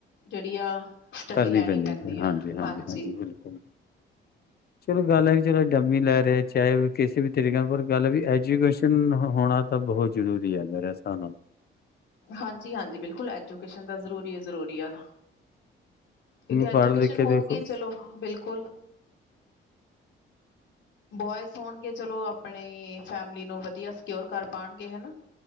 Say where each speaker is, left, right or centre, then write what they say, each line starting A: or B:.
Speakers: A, on the left; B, on the left.
A: ਜਿਹੜੀ ਆ। ਸਟੱਡੀ
B: ਕਰਨੀ
A: ਲੈਣੀ
B: ਪੈਂਦੀ ਹਾਂਜੀ-ਹਾਂਜੀ-ਹਾਂਜੀ,
A: ਆ ਹਾਂਜੀ
B: ਬਿਲਕੁਲ ਚਲੋ ਗੱਲ ਹੈ ਕਿ ਚਲੋ ਡਮੀ ਲੈ ਰਹੇ ਚਾਹੇ ਕਿਸੇ ਤਰਾ ਫਿਰ ਗੱਲ ਵੀ ਐਜੂਕੇਸ਼ਨ ਹੋਣਾ ਤਾਂ ਬਹੁਤ ਜ਼ਰੂਰੀ ਹੈ ਮੇਰੇ ਹਿਸਾਬ ਨਾਲ
A: ਹਾਂਜੀ-ਹਾਂਜੀ, ਬਿਲਕੁਲ ਐਜੂਕੇਸ਼ਨ ਦਾ ਜ਼ਰੂਰੀ ਹੈ ਜ਼ਰੂਰੀ ਹੈ। ਕਿਉਂਕਿ ਐਜੂਕੇਸ਼ਨ
B: ਪੜ੍ਹ ਲਿਖ ਕੇ
A: ਹੋਊਗੀ
B: ਦੇਖੋ
A: ਚਲੋ ਬਿਲਕੁਲ ਬੋਇਜ਼ ਹੋਣਗੇ ਚਲੋ ਆਪਣੀ ਫੈਮਲੀ ਨੂੰ ਵਧੀਆ ਸਕਿਓਰ ਕਰ ਪਾਣਗੇ ਹਨਾ।